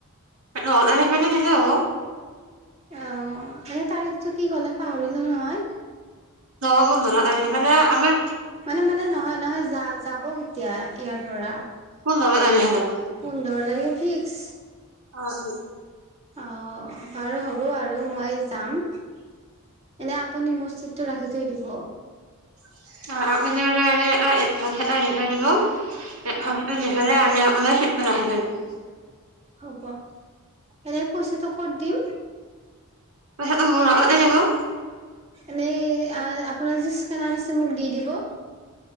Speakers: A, on the right; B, on the right.
A: অ আস মানে নিলে হ'ব।
B: অ এনে তাৰিখটো কি ক'লে পাহৰিলো নহয়?
A: দহ পোন্ধৰ তাৰিখ মানে আমি
B: মানে মানে নহয় নহয় যা যাব কেতিয়া ইয়াৰ পৰা
A: পোন্ধৰ তাৰিখ মানে যাব
B: পোন্ধৰ তাৰিখে ফিক্স।
A: আহ,
B: অ বাৰু হ'ব আৰু মই যাম। আপুনি মোৰ ছিটটো ৰাখি থৈ দিব
A: <inaudible> <inaudible>
B: অ' হ'ব এনে পইচাটো ক'ত দিম
A: <inaudible>
B: এনেই আপোনাৰ যি স্কেনাৰ আছে মোক দি দিব